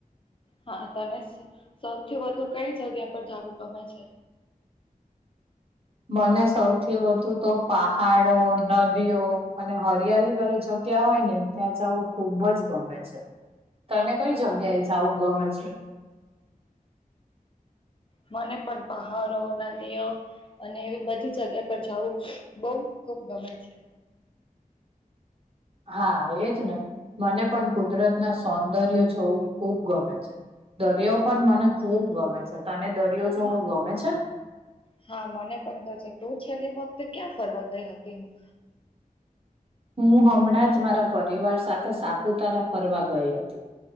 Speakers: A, on the left; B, on the right.
A: હા, તને સૌથી વધુ કઈ જગ્યા પર જવું ગમે છે?
B: મને સૌથી વધુ તો પહાડો, નદીઓ, અને હરિયાલી વાલી જગ્ ગ્યા હોય ને ત્યાં જવું ખુબ જ ગમે છે. તને કઈ જગ્યા એ જાવું ગમે છે?
A: મને પણ પહાડો, નદીઓ અને એવી બ જગ્યા પર જાવું બો ખુબ ગમે છે.
B: હા, એજને મને પણ કુદરતના સૌંદર્ય જોવું ખુબ ગમે છે. દરિયો પણ મને ખુબ ગમે છે તને દરિયો જોવો
A: હા.
B: ગમે છે?
A: હા, મને પણ કે છે તું છેલ્લી વખતે ક્યાં ફરવા ગઈ હતી હું?
B: હું હમણાં જ મારા પરિવાર સાથે સાપુતારા ફરવા ગઈ હતી